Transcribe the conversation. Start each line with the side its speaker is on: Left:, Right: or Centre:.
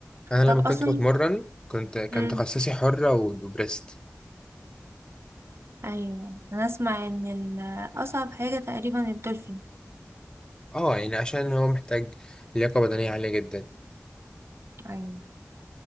Left: أنا
Right: طب
Left: لما
Right: اصلا
Left: كنت بتمرن كنت كان
Right: امم
Left: تخصصي حرة وبريست
Right: ايوه انا اسمع ان ال... اصعب حاجة تقريبا الدولفين
Left: اه يعني عشان هو محتاج لياقة بدنية عالية جدا
Right: ايوه